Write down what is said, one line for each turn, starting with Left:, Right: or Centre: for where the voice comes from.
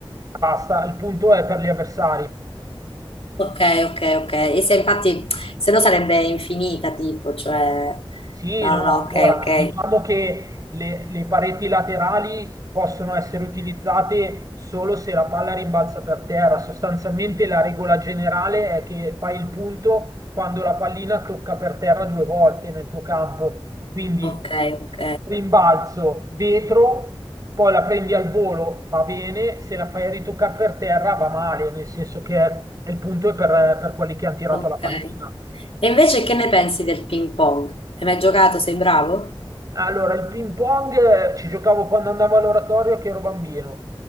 Right: basta, il punto è per gli avversari.
Left: ok, ok, ok. E se infatti, se no sarebbe infinita, tipo, cioè...
Right: Sì,
Left: No,
Right: no,
Left: no,
Right: allora
Left: ok, ok,
Right: diciamo che le, le pareti laterali possono essere utilizzate solo se la palla rimbalza per terra. Sostanzialmente la regola generale è che fai il punto quando la pallina tocca per terra due volte nel tuo campo. Quindi
Left: ok, ok,
Right: rimbalzo vetro, poi la prendi al volo, va bene, se la fai ritoccare per terra va male, nel senso che il punto è per per quelli che hanno tirato
Left: ok.
Right: la pallina.
Left: E invece che ne pensi del ping pong? Hai mai giocato? Sei bravo?
Right: Allora, il ping pong eh, ci giocavo quando andavo all'oratorio che ero bambino.